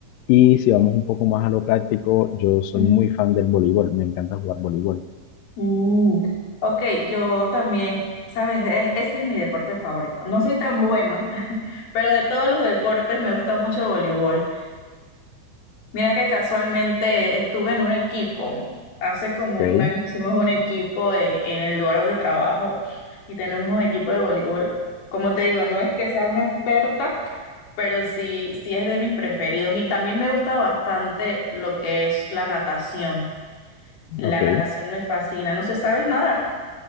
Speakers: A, on the left; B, on the left.
A: y si vamos un poco más a lo práctico, yo soy
B: Sí.
A: muy fan del voleibol, me encanta jugar voleibol.
B: Mm, ok, yo también, sabes, E- ese es mi deporte favorito. No soy tan buena, <laughs> pero de todos los deportes me gusta mucho el voleibol. Mira que casualmente estuve en un equipo, hace como
A: Ok,
B: un año hicimos un equipo eh, en el lugar donde trabajo y tenemos un equipo de voleibol. Como te digo, no es que sea una experta, pero sí, sí es de mis preferidos y también me gusta bastante lo que es la natación. La
A: ok.
B: natación me fascina. No sé, ¿sabes nadar?